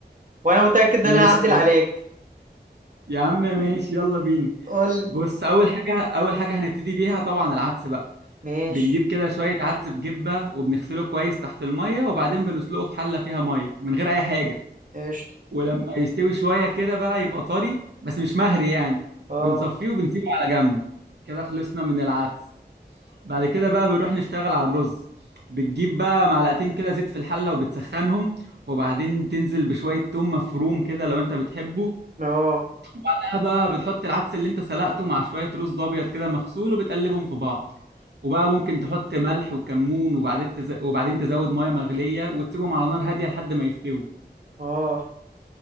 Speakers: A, on the right; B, on the right.
A: وأنا متأكد
B: ماشي
A: إن أنا هعدل عليك
B: يا عم ماشي يلا بينا
A: قول لي
B: بص اول حاجه اول حاجه هنبتدي بيها طبعا العدس بقى
A: ماشي
B: بنجيب كده شويه عدس بجبه وبنغسله كويس تحت الميه وبعدين بنسلقه في حله فيها ميه من غير اي حاجه
A: قشطة
B: ولما يستوي شوية كده بقى يبقى طري بس مش مهري يعني
A: اه
B: بنصفيه وبنسيبه على جنب كده خلصنا من العدس بعد كده بقى بنروح نشتغل على الرز بتجيب بقى معلقتين كده زيت في الحلة وبتسخنهم وبعدين تنزل بشوية توم مفروم كده لو انت بتحبه
A: اه
B: بعدها بقى بتحط العدس اللي انت سلقته مع شوية رز أبيض كده مغسول وبتقلبهم في بعض وبقى ممكن تحط ملح وكمون وبعدين تز... وبعدين تزود مية مغلية وتسيبهم على نار هادية لحد ما يستووا
A: اه